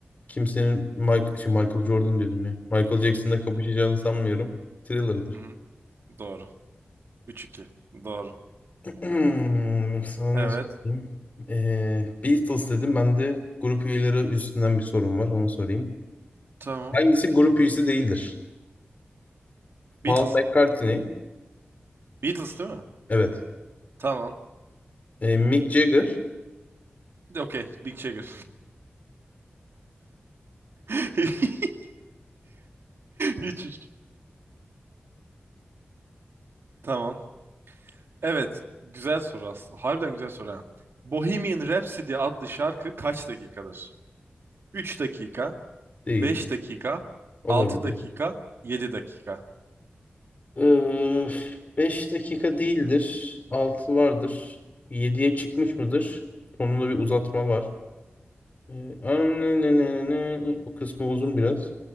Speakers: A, on the left; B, on the right.
A: kimsenin Michael, şey Michael Jordan diyordum ya. Michael Jackson'la kapışacağını sanmıyorum. Thriller'dır.
B: Hı hı. Doğru. üç iki Doğru.
A: Hmm, sana
B: Evet.
A: ne sorayım? Ee, Beatles dedim. Ben de grup üyeleri üstünden bir sorum var. Onu sorayım.
B: Tamam.
A: Hangisi grup üyesi değildir?
B: Beatles'ın.
A: Paul McCartney.
B: Beatles değil mi?
A: Evet.
B: Tamam.
A: Ee, Mick Jagger.
B: Okey. Big Checker. <laughs> üç üç. Tamam. Evet. Güzel soru aslında. Harbiden güzel soru ha. Bohemian Rhapsody adlı şarkı kaç dakikadır? 3 dakika,
A: Değil.
B: Beş dakika,
A: Olabilir.
B: Altı dakika, Yedi dakika.
A: Ee, 5 dakika değildir. 6 vardır. Yediye çıkmış mıdır? Sonunda bir uzatma var. Ee, am- ne- ne- ne- ne- ne- o kısmı uzun biraz.